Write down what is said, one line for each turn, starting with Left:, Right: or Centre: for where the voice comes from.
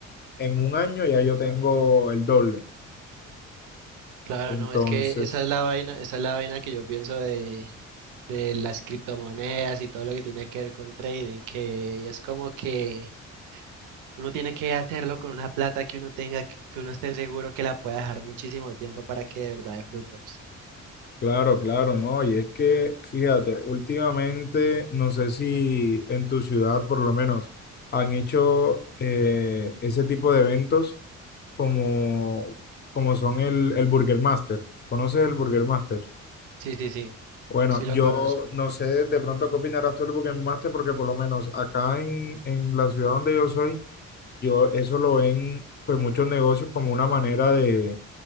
Left: en un año ya yo tengo el doble.
Right: Claro,
Left: Entonces,
Right: no, es que esa es la vaina, esa es la vaina que yo pienso de, de las criptomonedas y todo lo que tiene que ver con trading, que es como que uno tiene que hacerlo con una plata que uno tenga, que que uno esté seguro que la pueda dejar muchísimo tiempo para que de verdad dé frutos.
Left: claro, claro, ¿no? Y es que, fíjate, últimamente, no sé si en tu ciudad por lo menos han hecho eh, ese tipo de eventos como, como son el, el Burger Master. ¿Conoces el Burger Master?
Right: Sí, sí, sí,
Left: Bueno,
Right: sí
Left: yo
Right: lo conozco.
Left: no sé de pronto qué opinarás tú del Burger Master, porque por lo menos acá en, en la ciudad donde yo soy, yo eso lo ven pues muchos negocios como una manera de,